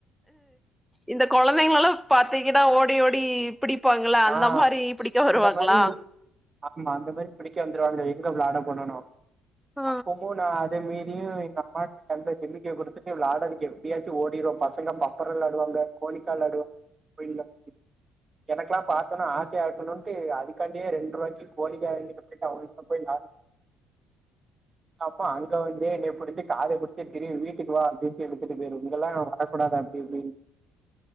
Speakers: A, in the centre; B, on the right.
A: இந்த கொழந்தைங்கள எல்லா பாத்தீங்கனா ஓடி ஓடி இருப்பாங்கள் றன் ‌ல அந்த
B: ஆ
A: மாரரபிடிக்க வருவாங்களா
B: அந்த மாரி ஆமா அந்த மாதிரி பிடிக்க வந்துடுவாங்க எங்க வெளாட பண்ணணு
A: ஆ
B: அப்பமும் நா அத மீறியு எங்க அம்மாட்ட நல்லா டிமிக்கிய குடுத்துட்டு வெளாடவக்கே எப்படியாச்சும் ஓடிர்வோ பசங்க பப்பரோ வெளாடுவாங்க கோளிக்கால் வெளாடு இப்ப இல்ல என்னக்கா பாத்தோனா ஆசையா இருக்கணும்ன்ட்டு அதுக்காடியே ரெண்ட் ருவாக்கி கோலிகா அவங்கிட்ட போயிட்டு அவங்கிட்ட போய் நா அப்போ அங்க வந்து என்னப்புடிச்சு காத பிடிச்சுட்டு திரிவி வீட்டுக்கு வா அப்டின்டு இழுத்துட்டு போய்ரு இங்க எல்லா வரக்கூடாது அப்டி இப்டின்